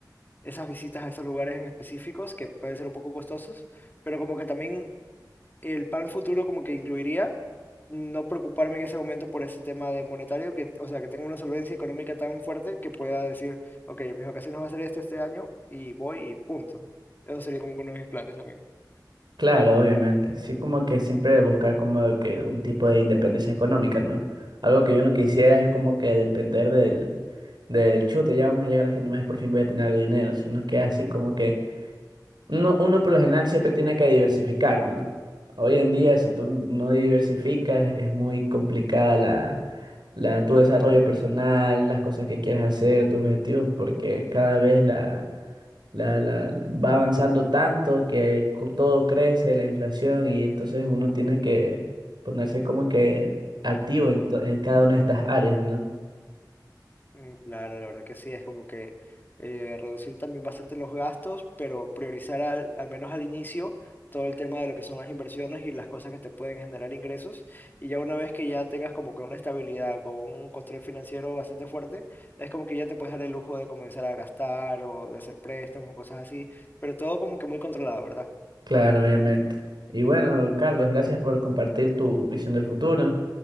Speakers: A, on the left; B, on the right.
A: esas visitas a esos lugares en específicos que pueden ser un poco costosos, pero como que también el plan futuro como que incluiría no preocuparme en ese momento por ese tema de monetario, que, o sea, que tenga una solvencia económica tan fuerte que pueda decir, ok, mis vacaciones van a ser esto este año y voy y punto. Eso sería como uno de mis planes también.
B: claro, obviamente. Sí, como que siempre buscar como que un tipo de independencia económica, ¿no? Algo que yo no quisiera es como que depender del, del chute, ya vamos a llegar a fin de mes, por fin voy a tener algo de dinero, sino que así como que uno, uno por lo general siempre tiene que diversificar, ¿no? Hoy en día, si tú no diversificas, es muy complicada la, la, tu desarrollo personal, las cosas que quieres hacer, tus objetivos, porque cada vez la La, la, va avanzando tanto que co- todo crece, la inflación, y entonces uno tiene que ponerse como que activo en, to- en cada una de estas áreas, ¿no?
A: Mm, Claro, la verdad que sí, es como que eh, reducir también bastante los gastos, pero priorizar al, al menos al inicio todo el tema de lo que son las inversiones y las cosas que te pueden generar ingresos. Y ya una vez que ya tengas como que una estabilidad con un control financiero bastante fuerte, es como que ya te puedes dar el lujo de comenzar a gastar o de hacer préstamos o cosas así, pero todo como que muy controlado, ¿verdad?
B: Claro, obviamente. Y bueno, Carlos, gracias por compartir tu visión del futuro.